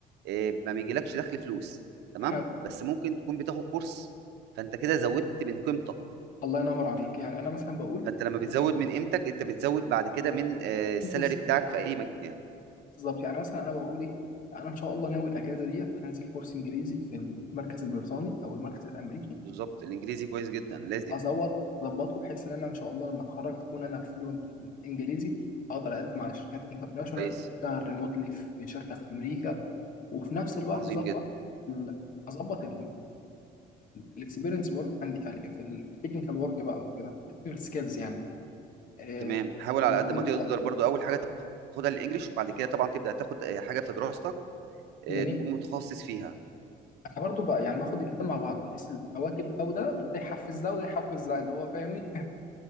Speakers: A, on the right; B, on the left.
A: آه، ما بيجيلكش دخل فلوس تمام
B: حلو
A: بس ممكن تكون بتاخد كورس فانت كده زودت من قيمتك
B: الله ينور عليك يعني انا مثلا بقول
A: فانت لما بتزود
B: الواحد-
A: من قيمتك انت بتزود بعد كده من آه، السالري
B: انت
A: بتاعك في اي مكان
B: بالظبط يعني مثلا انا بقول ايه انا ان شاء الله ناوي الاجازه ديت انزل كورس انجليزي في المركز البريطاني او المركز الامريكي
A: بالظبط الانجليزي كويس جدا لازم
B: فازوط اظبطه بحيث ان انا ان شاء الله لما اتخرج اكون انا فلوينت في الانجليزي اقدر اقدم على شركات انترناشونال
A: كويس
B: اشتغل ريموتلي في شركه في امريكا وفي نفس الوقت
A: عظيم
B: اظبط
A: جدا
B: ال- اظبط الاكسبيرينس ورك عندي يعني في التكنيكال ورك بقى وكده التكنيكال سكيلز يعني آه،
A: تمام حاول على
B: في المجال
A: قد ما تقدر
B: بتاعي
A: برضو اول حاجه تاخدها الانجليش وبعد كده طبعا تبدا تاخد آه، حاجه في دراستك آه،
B: جميل
A: تكون متخصص فيها
B: انا برضو بقى يعني باخد الاثنين مع بعض بحيث اواكب ده وده ده يحفز ده وده يحفز ده اللي هو فاهمني